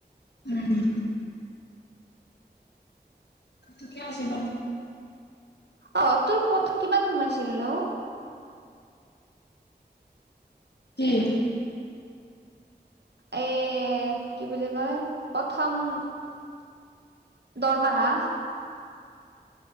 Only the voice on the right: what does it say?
অহ ', তোৰ প্ৰথম কিমান সোমাইছিল নো?
এই কি বুলি কয় প্ৰথম দৰমাহা।